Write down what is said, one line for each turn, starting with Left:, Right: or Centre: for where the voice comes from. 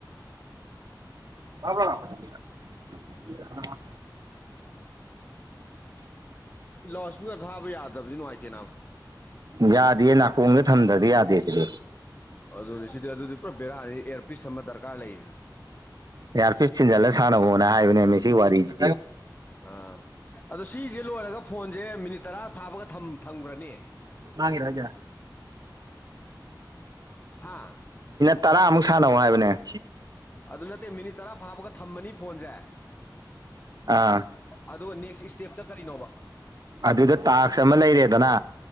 Right: ꯑꯔꯕ ꯑ
Left: ꯂꯣꯁꯄꯒ ꯊꯥꯕ ꯌꯥꯗꯕꯁꯨ ꯅꯨꯡꯉꯥꯏꯇꯦꯅꯅꯥ
Right: ꯌꯥꯗꯌꯦ ꯅꯥꯀꯣꯡꯗ ꯊꯝꯗ꯭ꯔꯗꯤ ꯌꯥꯗꯦ ꯁꯤꯗꯤ
Left: ꯑꯗꯨꯅꯤ ꯁꯤꯗꯤ ꯑꯗꯨꯗꯤ ꯄꯨꯔꯥ ꯕꯦꯔꯥꯅꯤ ꯏꯔ ꯄꯤꯁ ꯑꯃ ꯗꯔꯀꯥꯔ ꯂꯩ
Right: ꯌꯥꯔ ꯄꯤꯁ ꯊꯤꯟꯖꯥꯠꯂ ꯁꯥꯟꯅꯕꯅꯕꯣꯅꯦ ꯍꯥꯏꯕꯅꯦꯃꯤ ꯁꯤ ꯋꯥꯔꯤꯁꯤ
Left: ꯑꯥ ꯑꯗꯣ ꯁꯤꯁꯦ ꯂꯣꯏꯔꯒ ꯐꯣꯟꯁꯦ ꯃꯤꯅꯤꯠ ꯇꯔꯥ ꯐꯥꯕꯒ ꯊꯝꯈ꯭ꯔꯅꯤ
Right: ꯃꯥꯒꯤ ꯔꯖꯥꯌꯥ
Left: ꯍꯥ
Right: ꯇꯔꯥꯃꯨꯛ ꯁꯥꯟꯅꯧ ꯍꯥꯏꯕꯅꯦ
Left: ꯑꯗꯨ ꯅꯠꯇꯦ ꯃꯤꯅꯤꯠ ꯇꯔꯥ ꯐꯥꯕꯒ ꯊꯝꯃꯅꯤ ꯐꯣꯟꯁꯦ
Right: ꯑꯥ
Left: ꯑ ꯅꯦꯛꯁ ꯏꯁꯇꯦꯞꯇ ꯀꯔꯤꯅꯣꯕ
Right: ꯑꯗꯨꯗ ꯇꯥꯛꯁ ꯑꯃ ꯂꯩꯔꯦꯗꯅ